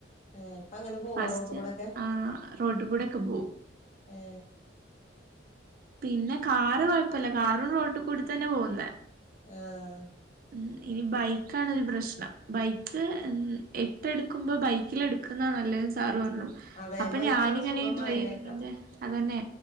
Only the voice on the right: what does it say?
ഫസ്റ്റ്
ആ റോട്ട് കൂടെക്കെ പോവും
പിന്നെ കാറ് കൊഴപ്പല്ല കാറും റോട്ടി കൂടി തന്നെ പോകുന്നേ
ഉം ഇനി ബൈക്ക് ആണ് ഒരു പ്രശ്നം ബൈക്ക് എട്ട് എടുക്കുമ്പോ ബൈക്ക് ക്കില് എടുക്കുന്നാ നല്ലന്ന് സാറ് പ
അപ്പൊ
ഞാനിങ്ങനെ
ഡ്രൈവിങ്ങിന്റെ
അത് തന്നെ